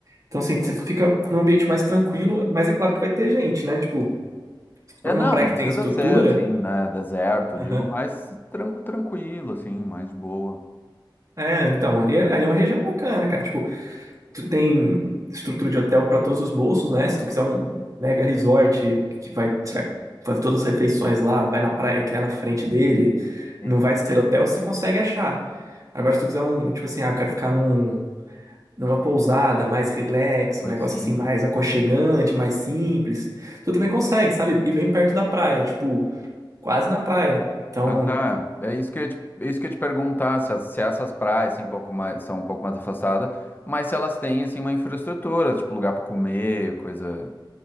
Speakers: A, on the right; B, on the left.
A: Então assim, você fica num ambiente mais tranquilo, mas é claro que vai ter gente, né? Tipo, se for
B: É,
A: uma
B: não,
A: praia
B: não
A: que
B: precisa
A: tem estrutura,
B: ser, assim, né? Deserto, digo,
A: aham.
B: mais tran- tranquilo, assim, mais de boa.
A: É, então, ali é, ali é uma região bacana, cara. Tipo, Tu tem estrutura de hotel para todos os bolsos, né? Se tu quiser um mega resort que vai, você vai fazer todas as refeições lá, vai na praia que é na frente dele,
B: Sim,
A: não vai sair do hotel, você consegue achar. Agora, se tu quiser um, tipo assim, ah, eu quero ficar num, numa pousada mais relax, um
B: mais
A: negócio
B: simples.
A: assim mais aconchegante, mais simples, tu também consegue, sabe? E bem perto da praia, tipo, quase na praia. Então,
B: Ah, tá. É isso que eu ia te, é isso que eu ia te perguntar, se, as- se essas praias assim, um pouco mais, são um pouco mais afastadas, mas se elas têm assim, uma infraestrutura, tipo lugar para comer, coisa,